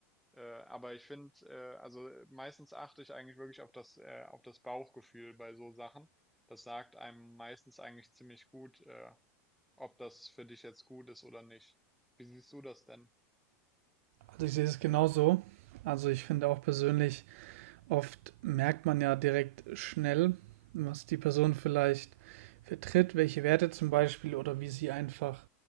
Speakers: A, in the centre; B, on the right (about 60°).
A: Äh, aber ich finde, äh, also meistens achte ich eigentlich wirklich auf das, äh, auf das Bauchgefühl bei so Sachen. Das sagt einem meistens eigentlich ziemlich gut, äh, ob das für dich jetzt gut ist oder nicht. Wie siehst du das denn?
B: Also ich sehe es genauso. Also ich finde auch persönlich, Oft merkt man ja direkt schnell, was die Person vielleicht vertritt, welche Werte zum Beispiel oder wie sie einfach